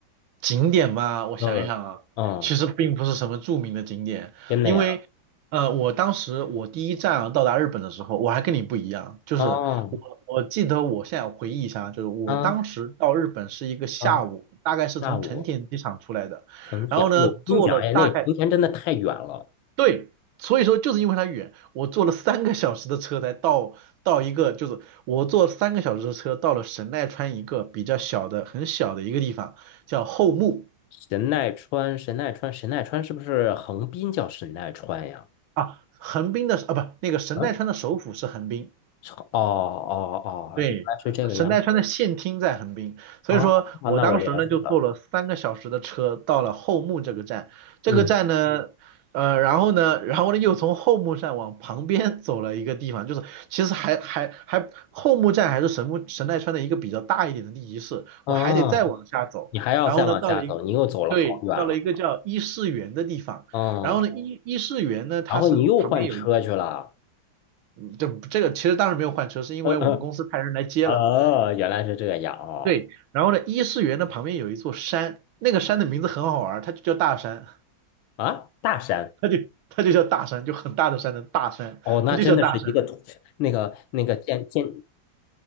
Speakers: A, on the right; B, on the left.
A: 景点嘛，我想一想啊，
B: 嗯嗯，
A: 其实并不是什么著名的景点，
B: 真的呀？
A: 因为呃，我当时我第一站啊到达日本的时候，我还跟你不一样，就是我我记得我现在回忆一下，
B: 哦，
A: 就是我当时到日本是一个下午，
B: 嗯嗯，
A: 大概是从成田机场出来的，
B: 下午。成田，
A: 然后呢坐了大概
B: 哎呦，我跟你讲，哎，那个成田真的太远了。
A: 对。所以说，就是因为它远，我坐了三个小时的车才到到一个，就是我坐三个小时的车到了神奈川一个比较小的、很小的一个地方，叫后木。
B: 神奈川，神奈川，神奈川是不是横滨叫神奈川呀？
A: 啊，横滨的啊，不，那个神奈川的首府是横滨，
B: 嗯，是哦哦哦，
A: 对，
B: 原来是这个样。
A: 神奈川的县厅在横滨，所以说我当时呢就坐了三个小时的车到了后木这个站，
B: 啊，那我了解了。
A: 这个站呢，
B: 嗯，
A: 呃，然后呢，然后呢又从后木站往旁边 <laughs> 走了一个地方，就是其实还还还后木站还是神木神奈川的一个比较大一点的地级市，
B: 哦，
A: 我还得再往下走，
B: 你还要再往下走，
A: 然后呢到了一对，
B: 你又走了好远了。
A: 到了一个叫伊势原的地方，
B: 嗯，
A: 然后呢伊伊势原呢它是旁边有。
B: 然后你又换车去了。
A: 这这个其实当时没有换车，是因为我们公司派人来接了。
B: 嗯嗯，哦，原来是这样哦。
A: 对，然后呢，伊势园的旁边有一座山，那个山的名字很好玩，它就叫大山，
B: 啊，大山。
A: 它就它就叫大山，就很大的山的大山，
B: 哦，那真的是一个土那个那个建建
A: 它就叫大山。